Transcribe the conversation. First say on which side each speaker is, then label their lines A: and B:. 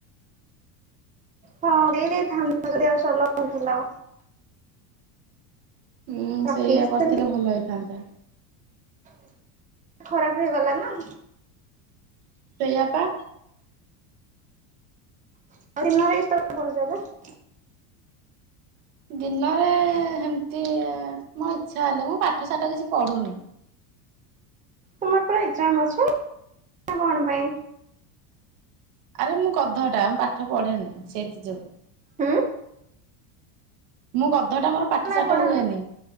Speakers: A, on the right; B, on the right.
A: ହଁ ଦେଇ ଦେଇଥାନ୍ତୁ ଜଦି ଆଉ <unintelligible> ଏଇରି ଥନ୍ା
B: ହୁଁ
A: ରଖିକି
B: ସେଇୟା କରିଥିଲେ
A: ସେମିତି
B: ଭଲ ହେଇଥାନ୍ତା।
A: <inaudible> ଖରାପ ହେଇଗଲା ନା।
B: ସେଇଆ ପା।
A: <unintelligible>
B: ଦିନରେ ହେମିତି ମୋ ଇଚ୍ଛା ହେଲେ ମୁଁ ପାଠ ସାଠ କିଛି ପଢୁନି।
A: ତୁମର ପା ଏକ୍ସଜାମ ଅଛି କଣ ପାଇଁ?
B: ଆରେ ମୁଁ ଗଧଟା ମୁଁ ପାଠ ପଢେନି ସେଇଥି ଯୋଉ।
A: ଉଁ
B: ମୁଁ ଗଧ ଟା ମୋର ପାଠ
A: ତମେ
B: ସାଠ
A: ପଢନି
B: ହୁଏନି